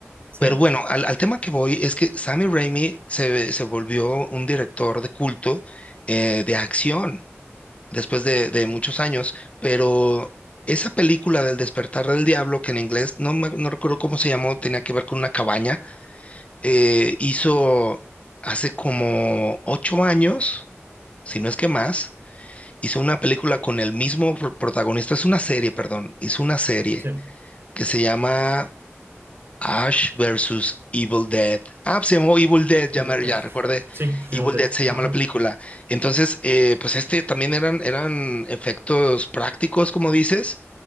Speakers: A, on the right; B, on the left.
A: sí,
B: Pero bueno, al, al tema que voy es que Sammy Raimi se, se volvió un director de culto eh, de acción después de, de muchos años, pero esa película del despertar del diablo, que en inglés no, me- no recuerdo cómo se llamó, tenía que ver con una cabaña, eh, hizo hace como ocho años, si no es que más, hizo una película con el mismo pr- protagonista, es una serie, perdón, hizo una serie
A: sí.
B: que se llama Ash versus Evil Dead. Ah, pues se llamó Evil Dead, ya,
A: Evil
B: me-
A: Dead.
B: ya recordé.
A: Sí,
B: Evil
A: Evil Dead.
B: Dead se llama
A: Ajá,
B: la película. Entonces, eh, pues este también eran, eran efectos prácticos, como dices,